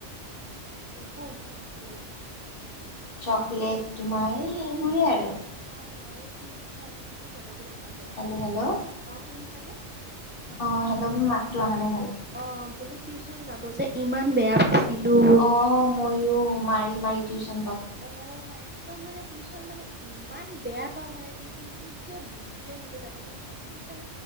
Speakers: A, on the right; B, on the left.
A: পঢ়িবা নাছিলে।
B: চকলেট তোমাৰ সেইবোৰে আৰু।
A: অ আৰু কি হৈ নটিখন যাবলে ইমান বেয়া
B: হেল্ল'
A: পাই,
B: হেল্ল'
A: অ শুনিছানে?
B: অ হেল্ল' মোৰ মাতটো অহা নাই ভালকে
A: অ বোলো টিউচন যাব যে ইমান বেয়া। পাইছিলো।
B: অ মইও মা মাই টিউশচন।
A: অ একদম মানে টিউচন মানে ইমান বেয়া পাও মানে, টিউচনতটো যে কত দিছিলে সেইটো তামত মানে, টিউচনৰ